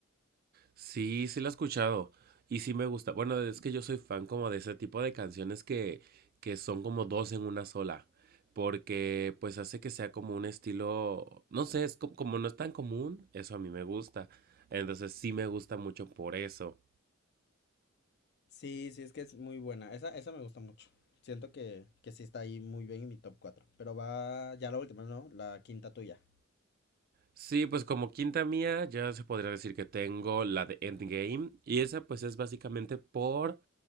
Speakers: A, on the right; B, on the left.
A: Sí, sí la he escuchado. Y sí me gusta. Bueno, es que yo soy fan como de ese tipo de canciones que, que son como dos en una sola. Porque pues hace que sea como un estilo, no sé, es co- como no es tan común, eso a mí me gusta. Entonces sí me gusta mucho por eso.
B: Sí, sí, es que es muy buena. Esa, esa me gusta mucho. Siento que, que sí está ahí muy bien en mi top cuatro Pero va ya la última, ¿no? La quinta tuya.
A: Sí, pues como quinta mía ya se podría decir que tengo la de Endgame. Y esa pues es básicamente por